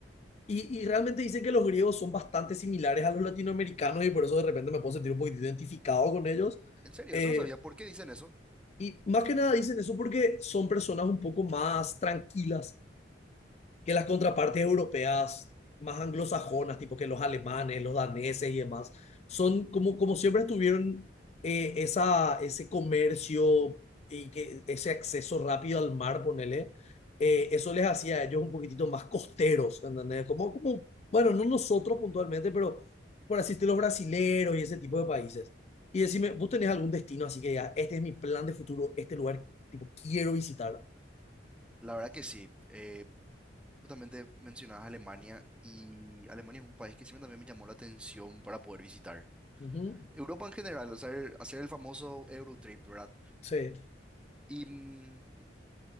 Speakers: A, on the left (about 35°); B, in the centre.
A: y, y realmente dicen que los griegos son bastante similares a los latinoamericanos, y por eso de repente me puedo sentir un poquito identificado con ellos.
B: En serio,
A: Eh,
B: eso no sabía. ¿Por qué dicen eso?
A: y más que nada dicen eso porque son personas un poco más tranquilas que las contrapartes europeas más anglosajonas, tipo que los alemanes, los daneses y demás, son como, como siempre tuvieron eh, esa, ese comercio y que, ese acceso rápido al mar, ponele, eh,
B: Ujú.
A: eso les hacía a ellos un poquitito más costeros, ¿entendés? Como, como, bueno, no nosotros puntualmente, pero por así decirlo, los brasileros y ese tipo de países. Y decime, ¿vos tenés algún destino así que ya, este es mi plan de futuro, este lugar, tipo, quiero visitar?
B: La verdad que sí. Eh, justamente mencionabas Alemania y Alemania es un país que siempre también me llamó la atención para poder visitar.
A: Ujú,
B: Europa en general, hacer, hacer el famoso Eurotrip, ¿verdad?
A: Sí.
B: Y mm,